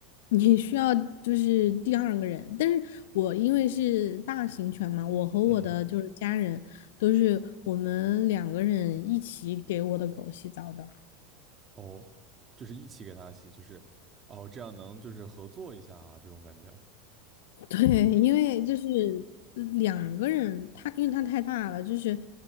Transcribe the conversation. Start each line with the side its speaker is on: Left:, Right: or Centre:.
Left: 你需要就是第二个人，但是我因为是大型犬嘛，我和我的就是家人都是我们两个人一起给我的狗洗澡的。
Right: 嗯，哦，就是一起给它洗，就是哦，这样能就是合作一下啊，这种感觉，
Left: <laughs> 对，因为就是呃两个人，他因为他太大了，就是